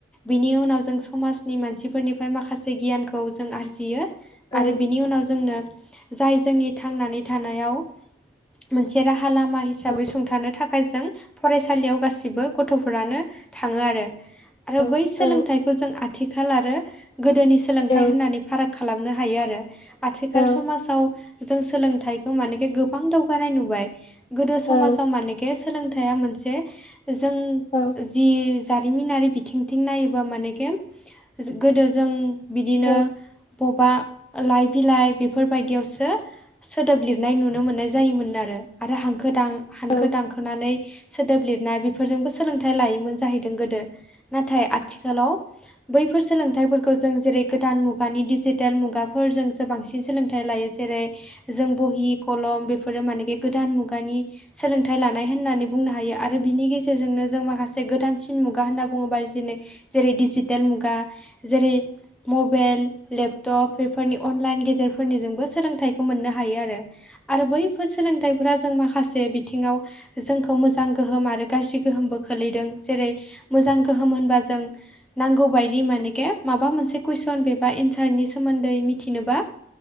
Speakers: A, in the centre; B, on the left.
A: बिनि उनाव जों समाजनि मानसिफोरनिफ्राय माखासे गियानखौ जों आरजियो
B: औ
A: आरो बिनि उनाव जोंनो जाय जोंनि थांनानै थानायाव मोनसे रा हा लामा हिसाबै
B: औ
A: सुंथानो था खाय जों फरायसालियाव गासिबो गथ'फोरानो थाङो आरो आरो
B: औ
A: बै सोलोंथाइ
B: औ
A: जों आथिखाल आरो गोदोनि सोलोंथाइ
B: औ
A: होननानै फाराग खालामनो हायो आरो। आथिखाल
B: औ
A: समाजाव जों सोलोंथाइखौ मानेखि गोबां दावगानाय नुबाय गोदो समाजाव
B: औ
A: मानेखि सोलोंथाइया मोनसे जों
B: औ
A: जि जा रिमिनारि बिथिंथिं नायोबा मानेके गोदो जों बिदिनो
B: औ
A: बबा लाइ बिलाइ बेफोरबायदियावसो सोदोब लिरनाय नुनो मोननाय जायोमोन आरो। आरो हांखो दां हांखो
B: औ
A: दांखोनानै सोदोब लिरनाय बेफोरजोंबो सोलोंथाइ लायोमोन जाहैदों गोदो नाथाय आथिखालाव बैफोर सोलोंथाइफोरखौ जों जेरै गोदान मुगानि डिजिटेल मुगाफोरजोंसो बांसिन सोलोंथाइ ला हायो जेरै जों बहि कलम बेफोरो मानेकि गोदान मुगानि सोलोंथाइ लानाय होननानै बुंनो हायो आ रो बिनि गेजेरजोंनो जों माखासे गोदानसिन मुगा होनना बुङोबा जेरै जेरै दिजि टेल मुगाजेरै मबाइल लेपटप बेफोरनि अनलाइन गेजेरफोरनिजोंबो सोलोंथाइखौ मोननो हायो आरो आरो बैफोर सोलोंथाइ फ्रा जों माखासे बिथिङाव जोंखौ मोजां गोहोम आरो गाज्रि गोहोमबो खोलैदों। जेरै मोजां गोहोम होनबा जों नांगौ बायदि मानेके माबा मोनसे कुइसन बेबा एन्सारनि सोमोन्दै मि थिनोबा